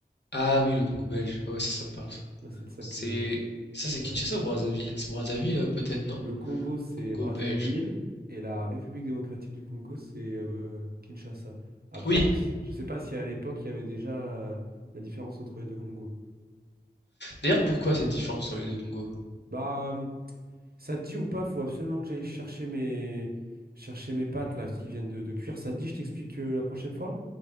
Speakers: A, on the left; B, on the right.
A: Ah oui, le Congo belge. Ouais, ouais, ça, ça me parle
B: Moi, c'est de ça
A: C'est
B: que...
A: ça, c'est
B: Ouais.
A: Kinshasa ou Brazzaville? C'est Brazzaville euh, peut-être, non?
B: Le Congo, c'est
A: Congo
B: Brazzaville,
A: belge.
B: et la République démocratique du Congo, c'est euh, Kinshasa. Après,
A: Oui.
B: je, s- je sais pas si à l'époque, il y avait déjà euh, la différence entre les deux Congos.
A: D'ailleurs, pourquoi cette différence entre les deux Congos?
B: Bah, euh, ça te dit ou pas, faut absolument que j'aille chercher mes... chercher mes pâtes, là, ce qui viennent de, de cuire. Ça te dit, je t'explique euh, la prochaine fois?